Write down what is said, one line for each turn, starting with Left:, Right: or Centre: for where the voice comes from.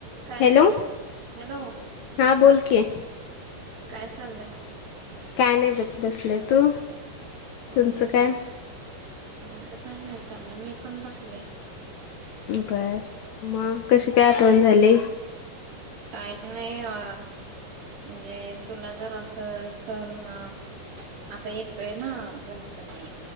Right: काय
Left: हॅलो
Right: चाललं, हॅलो?
Left: हा बोल की
Right: काय चाललंय,
Left: काय नाही ब बसलं तू,
Right: होय
Left: तुमचं काय
Right: माझ काय नाही, चाललं मी पण बसले.
Left: बरं मग कशी काय आठवण झाली,
Right: काही नाही अ, म्हणजे तुला जर अस सण, आता येतोय ना, गणपती.